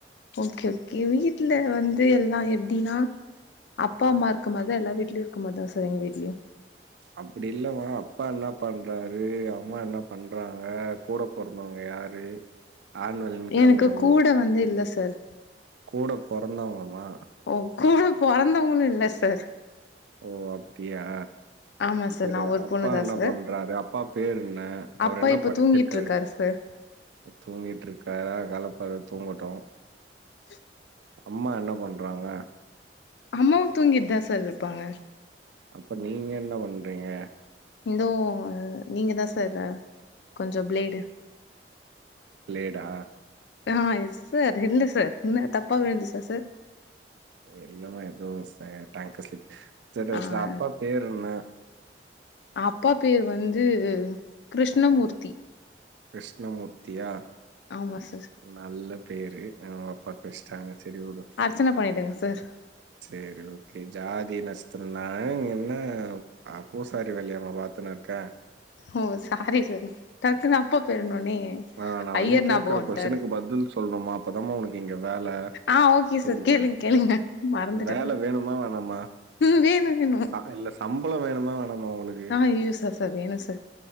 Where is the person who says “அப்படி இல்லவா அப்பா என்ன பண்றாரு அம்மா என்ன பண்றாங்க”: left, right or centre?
Right